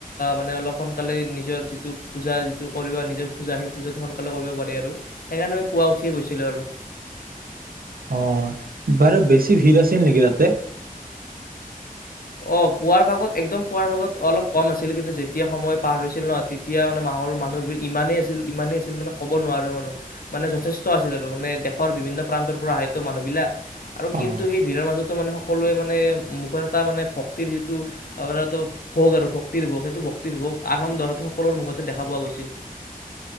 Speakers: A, on the left (about 75°); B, on the right (about 75°).
A: মানে অলপ সোনকালে নিজৰ যিটো পূজা যিটো কৰিব নিজৰ খোজা সেই পূজাটো সোনকালে কৰিব পাৰি আৰু সেইকাৰণে আমি পুৱা উঠিয়ে গৈছিলোঁ আৰু।
B: অ', বাৰু বেছি ভিৰ আছিল নেকি তাতে?
A: অ পুৱাৰ ভাগত একদম পুৱাৰ ভাগত অলপ কম আছিল, কিন্তু যেতিয়া সময় পাৰ হৈছিল ন, তেতিয়া মানে মাহৰ মানুহৰ ভিৰ ইমানেই আছিল-ইমানেই আছিল মানে ক'ব নোৱাৰো আৰু, মানে যথেষ্ট আছিল আৰু মানে দেশৰ বিভিন্ন প্ৰান্তৰ পৰা আহে তো মানুহবিলাক আৰু কিন্তু
B: অ
A: সেই ভিৰৰ মাজতো মানে সকলোৱে মানে মুখত এটা মানে ভক্তিৰ টো আপোনাৰ ভোগ আৰু ভক্তিৰ ভোগ সেইটো ভক্তিৰ ভোগ আনন্দ, সেইটো সকলৰে মুখতে দেখা পোৱা গৈছিল।